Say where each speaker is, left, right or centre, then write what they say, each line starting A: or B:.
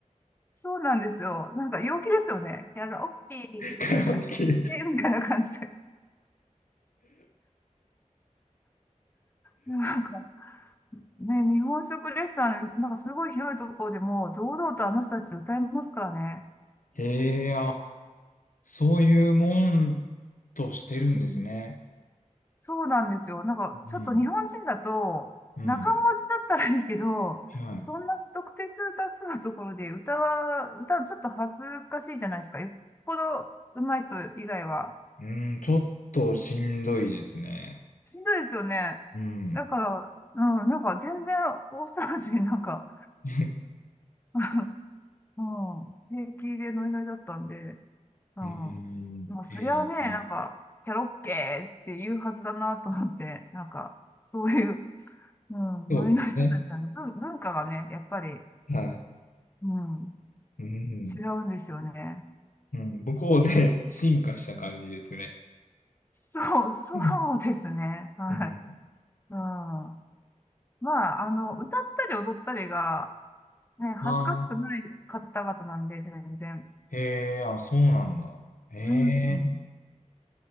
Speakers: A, on the left; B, on the left.
A: そうなんですよ。なんか陽気ですよね。キャラ、オッケーみたいな。
B: <laughs> カラオケ。
A: えーみたいな感じで。なんか、ね、日本食レストラン、なんかすごい広いところでも、堂々とあの人たち歌いますからね。
B: えー、あ、そういうもんとしてるんですね。
A: うんそうなんですよ。なんか、
B: うん。
A: ちょっと日本人だと、
B: うん。
A: 仲持ちだったらいいけど、
B: はい。
A: そんな不特定数多数のところで歌は、歌ちょっと恥ずかしいじゃないですか。よっぽど上手い人以外は。
B: うん、ちょっとしんどいですね。
A: しんどいですよね。
B: うん。
A: だから、うん、なんか全然大騒ぎ、オーストラリア人なんか、
B: <laughs>
A: <laughs> うん、平気でノリノリだったんで。ああ。
B: うん。
A: まあ、そりゃね、
B: えー、
A: なんか、キャロッケーって言うはずだなと思って、なんか、そういう、うん、
B: そうですね。
A: ノリの人たちはね、文文化がね、やっぱり、
B: はい。
A: うん、
B: うん。
A: 違うんですよね。
B: うん、向こうで <laughs> 進化した感じですね。
A: うんそう、そうですね。
B: う
A: はい。
B: ん。
A: うん。まあ、あの、歌ったり踊ったりが、ね、恥ずかしくない方々なんで、
B: ああ、
A: 全然。
B: へえ、あ、そうなんだ。へえ。
A: うん。